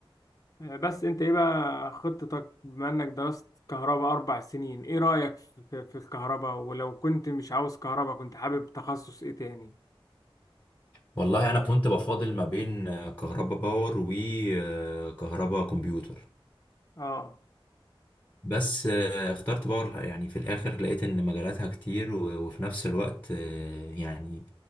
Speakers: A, on the left; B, on the left.
A: بس انت ايه بقى خطتك بما انك درست كهرباء اربع سنين ايه رأيك في, في في الكهرباء ولو كنت مش عاوز كهرباء كنت حابب تخصص ايه تاني
B: والله أنا كنت بفاضل ما بين آه، كهربا باور وكهربا كمبيوتر
A: اه
B: بس آه، اخترت باور يعني في الاخر لقيت ان مجالاتها كتير و- وفي نفس الوقت آه، يعني